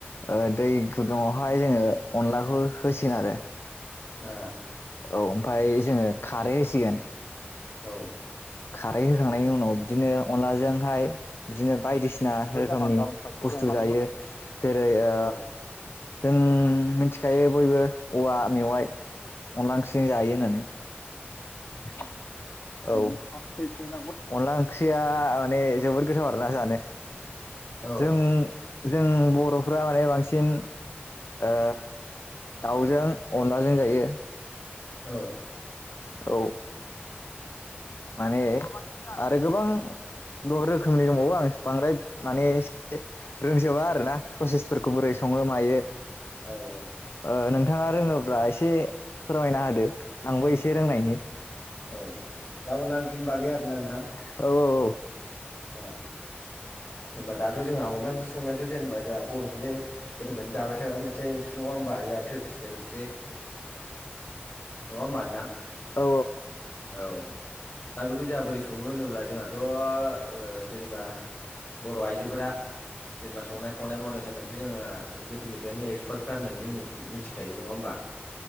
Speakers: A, on the left; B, on the left.
A: औ दै गुदुङावहाय जोंङो अनलाखौ होसिन आरो।
B: ओ
A: औ ओमफफ्राय जोंङो खारै होसिगोन।
B: औ
A: खारै होखांनायनि उनाव बिदिनो अनलाजोंहाय बिदिनो बायदिसिना रोखोमनि बुस्थु जायो जेरै ओ
B: औ
A: जों मिथिखायो बयबो औवा मेवाइ अनला ओंख्रिजों जायो होननानै <unintelligible> औ अनला ओंख्रिया माने जोबोद गोथाव आरोना जानो।
B: औ
A: जों जों बरफ्रा माने बांसिन आ दाउजों अनलाजों जायो।
B: औ
A: औ माने अ गोबां रोखोमनि दंबावो आं बांद्राय मानेएसे रोंजोबा आरोना। प्रसेसफोरखौ बोरै संङो मायो ओ
B: औ औ
A: नोंथां नोंथांङा रोंङोब्ला एसे फोरमायना होदो आंबो एसे रोंनायनि।
B: औ दा उनांंख्रिनि बागै आरो ना नोंथां।
A: औ औ औ
B: अ जेनबा दाथ जोंहा अनला ओंख्रि संनायाथ जेनेबा जोंहा बर'फोरनि गोदनिफोरयनो जाबाय थाग्रा मोनसे ओंख्रि नङा होमबा जों ट्रेडिसन ख्रि नंङा होमबानो ना
A: औ
B: औ दा बेखौ जोंहा बोरै सङो होनोब्ला जोंहाथ' ओ जेनेबा बर' आइजोफोरा जेनेबा संनाय खावनाय मावनाय दांनायावथ' जोङो गोदोनिफ्रायनो एक्सपार्टखा होननानै जों मिथिखायो नङा होमबा।